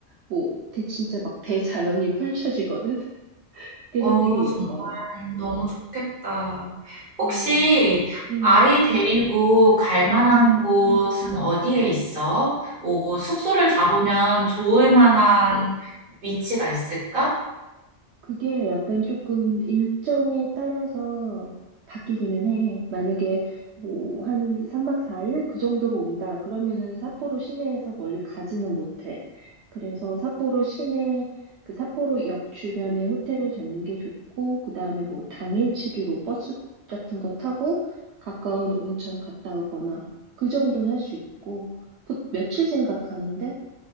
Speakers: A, on the right (about 75°); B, on the right (about 50°).
A: 뭐 대, 진짜 막 대자연이 펼쳐지거든. <laughs> 그래서
B: 어,
A: 되게
B: 정말
A: 예뻐.
B: 너무 좋겠다. 혹시
A: 음, 음,
B: 아이 데리고 갈 만한
A: 음,
B: 음. 곳은 어디에 있어? 뭐 숙소를 잡으면 좋을 만한
A: 음.
B: 위치가 있을까?
A: 그게 약간 조금 일정에 따라서 바뀌기는 해. 만약에 뭐 한 3박 4일 그 정도로 온다. 그러면은 삿포로 시내에서 멀리 가지는 못해. 그래서 삿포로 시내 그 삿포로 역 주변에 호텔을 잡는 게 좋고 그다음에 뭐 당일치기로 버스 같은 거 타고 가까운 온천 갔다 오거나 그 정도는 할 수 있고 보- 며칠 생각하는데?